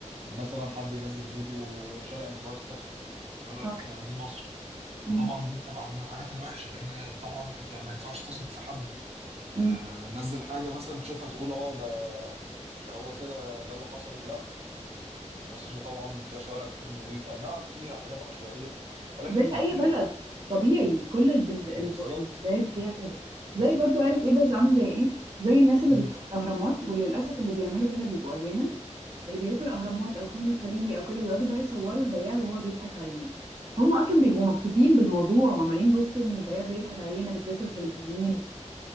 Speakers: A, on the right; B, on the right.
A: مثلا حد ينزل فيديو شارع متوسخ يقول لك
B: آه.
A: آه، دي مصر فطبعا
B: مم.
A: دي بتبقى من الحاجات الوحشة لأن طبعا أنت ما ينفعش تثق في حد آه،
B: مم.
A: نزل حاجة مثلا تشوفها تقول اه ده ده هو كده ده اللي حصل لا يعني مصر طبعا فيها شوارع كتير نظيفة اي نعم فيها حاجات عشوائية ولكن
B: زي
A: مش
B: اي
A: كلها
B: بلد طبيعي كل البلد الب-
A: بالظبط
B: البلاد فيها كده زي برضو عارف ايه ده زي- عامل زي ايه زي الناس اللي
A: مم.
B: بتروح الاهرامات وللاسف اللي بيعملوا كده بيبقوا اجانب اللي بيروحوا الاهرامات او خان الخليلي او كده بيقعدوا بقى يصوروا البياع وهو بيضحك عليهم هم اصلا بيبقوا مبسوطين بالموضوع وعمالين بصوا ان البياع بيضحك علينا بالذات الخليجيين